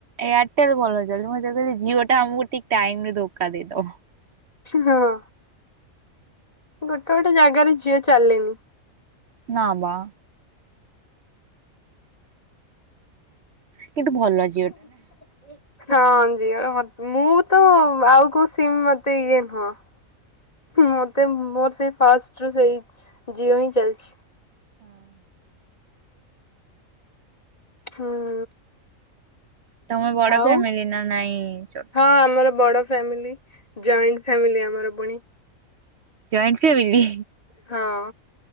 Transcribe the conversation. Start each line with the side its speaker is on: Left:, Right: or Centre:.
Right: ଏୟାରଟେଲ ଭଲ ଚାଲ୍ ଚି ମୁଁ ସେ କଇଲି ଜିଓ ଟା ଆମକୁ ଟିକ ଟାଇମ ରେ ଧୋକା ଦେଇଦବ।
Left: ହଁ ଗୋଟେ ଗୋଟେ ଜାଗାରେ ଜିଓଚାଲେନି।
Right: ନା ବା। କିନ୍ତୁ ଭଲ ହେହେଇଚି।
Left: <unintelligible> ହଁ ଜିଓର ହଟ୍ ମୁଁ ତ ଆଉ କୋଉ ସିମ ମତେ ଇଏ ନୁହଁ। ମତେ ମୋର ସେଇ ଫାଷ୍ଟ ରୁ ସେଇ ଜିଓ ହିଁ ଚାଲ୍‌ଛି।
Right: ହଁ।
Left: ହୁଁ।
Right: ତମେ ବଡ
Left: ଆଉ
Right: ଫ୍ୟାମିଲି ନା ନାଇଁ ଛୋ
Left: ହଁ ଆମର ବଡ ଫ୍ୟାମିଲି ଜଏଣ୍ଟ ଫ୍ୟାମିଲି ଆମର ପୁଣି।
Right: Joint family?
Left: ହଁ।